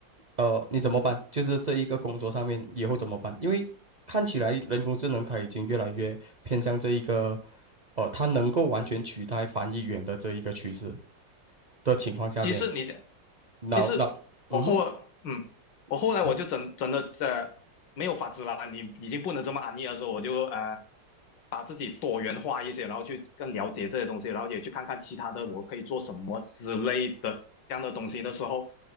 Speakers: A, on the right; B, on the left.
A: 呃，你怎么办？就是这一个工作上面以后怎么办？因为看起来人工智能它已经越来越偏向这一个，呃，它能够完全取代翻译员的这一个趋势的情况下面，
B: 其实你这，
A: 脑脑，
B: 其实我后，
A: 嗯，
B: 嗯，我后来我就真真的呃没有法子了，
A: 你说
B: 你已经不能这么安逸的时候，我就呃把自己多元化一些，然后去更了解这些东西，然后也去看看其他的我可以做什么之类的这样的东西的时候，